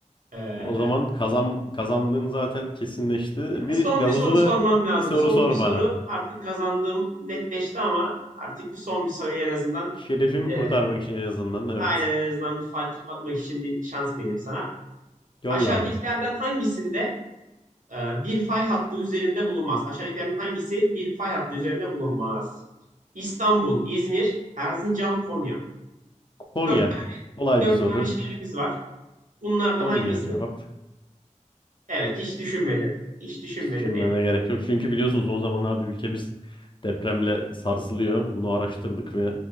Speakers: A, on the right; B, on the left.
A: eee
B: O zaman kazan kazandığın zaten kesinleşti. Bir
A: Son
B: gazozuna
A: bir soru sormam lazım.
B: bir soru
A: Son
B: sor
A: bir soru
B: bana.
A: artık kazandığım netleşti ama artık bir son bir soruyu en azından
B: Şerefimi kurtarmak
A: e,
B: için en azından. Evet.
A: aynen en azından bir fark kapatmak için bir şans vereyim sana.
B: Yolla
A: Aşağıdakilerden
B: abi.
A: hangisinde e, bir fay hattı üzerinde bulunmaz? Aşağıdakilerden hangisi bir fay hattı üzerinde bulunmaz? İstanbul, İzmir, Erzincan, Konya.
B: Konya.
A: Dört,
B: Kolay
A: dört
B: bir soru.
A: tane şehrimiz var. Bunlardan
B: Konya
A: hangisi?
B: cevap.
A: Evet hiç düşünmedin. Hiç düşünmedin.
B: Hiç Düşünmeme
A: El-
B: gerek yok. Çünkü biliyorsunuz son zamanlarda ülkemiz depremle sarsılıyor. Bunu araştırdık ve